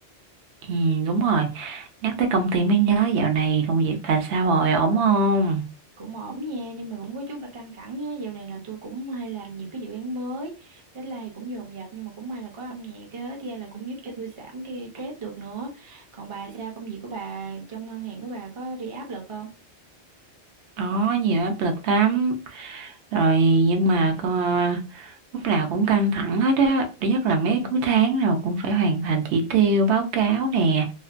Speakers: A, on the right (about 80°); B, on the right (about 40°).
A: Ừ, đúng rồi. Nhắc tới công ty mới nhớ dạo này công việc bà sao rồi, ổn không?
B: cũng ổn nha nhưng mà cũng có chút là căng thẳng á dạo này là tôi cũng hay làm nhiều cái dự án mới deadline thì cũng dồn dập nhưng mà cũng may là có âm nhạc á thì là cũng giúp cho tôi giảm cái stress được nữa còn bà sao công việc của bà trong ngân hàng của bà có bị áp lực không
A: Có nhiều áp lực lắm. Rồi nhưng mà coi lúc nào cũng căng thẳng hết á nhất là mấy cuối tháng nào cũng phải hoàn thành chỉ tiêu báo cáo nè